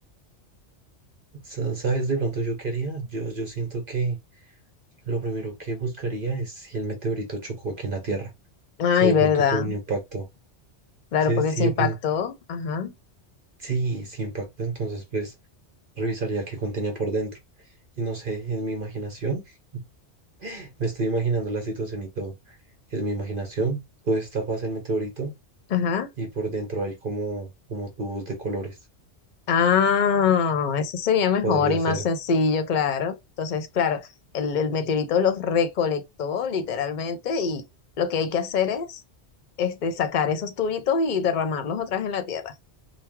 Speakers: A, on the right; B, on the left.
A: Sa- ¿Sabes de pronto yo qué haría? Yo, yo siento que lo primero que buscaría es si el meteorito chocó aquí en la Tierra,
B: Ay,
A: si de
B: verdad.
A: pronto tuvo un impacto,
B: Claro,
A: si,
B: porque
A: si
B: se
A: de
B: impactó.
A: pronto,
B: Ajá,
A: sí, sí impactó, entonces pues revisaría qué contenía por dentro. Y no sé, en mi imaginación, <laughs> me estoy imaginando la situación y todo, es mi imaginación, todo está pasa el meteorito
B: ajá.
A: y por dentro hay como, como tubos de colores,
B: Ah, eso sería mejor
A: podría
B: y más
A: ser,
B: sencillo, claro. Entonces, claro, el, el meteorito los recolectó literalmente y lo que hay que hacer es este, sacar esos tubitos y derramarlos otra vez en la tierra.